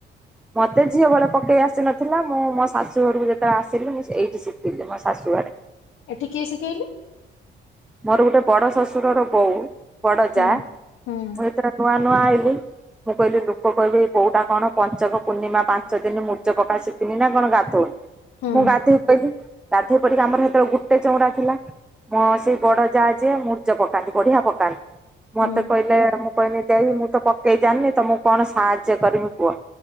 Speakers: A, in the centre; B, on the left.
A: ମୋତେ ଝିଅ ବେଳେ ପକେଇ ଆସି ନଥିଲା। ମୁଁ ମୋ ଶାଶୁ ଘରକୁ ଯେତେବେଳେ ଆସିଲି ମୁଁ ଏଇଟି ଶିକିଲି ମୋ ଶାଶୁଘରେ।
B: ଏଠି କିଏ ଶିଖେଇଲେ?
A: ମୋର ଗୋଟେ ବଡ ଶାଶୁରର ବୋଉ ବଡ
B: ହୁଁ
A: ଯା
B: ହୁଁ
A: ମୁଁ ଏତର ନୂଆ ନୂଆ ଆଇଲି ମୁଁ କହିଲି ଲୋକ କହିବେ ଏଇ ବୋଉଟା କଣ ପଞ୍ଚକ ପୂର୍ଣ୍ଣିମା ପାଞ୍ଚ ଦିନ ମୁରୂଜ ପକା ଶିକିନି ନା କଣ ଗାଧଉ
B: ହୁଁ
A: ମୁଁ ଗାଧେଇ ପଇଲି। ଗାଧେଇ ପଡିକି ଆମର ସେତେବେଳ ଗୁଟେ ଚଉଁରା ଥିଲା। ମୋ ସେଇ ବଡ ଯା ଯିଏ ମୂରଜ ପକାନ୍ତି। ବଢିଆ ପକାନ୍ତି ମୋତେ
B: ହୁଁ
A: କହିଲେ ମୁଁ କହିନି ଦେଇ ମୁଁ ତ ପକେଇ ଜାଣିନି ତ ମୁଁ କଣ ସାହାଯ୍ୟ କରିମି କୁଅ।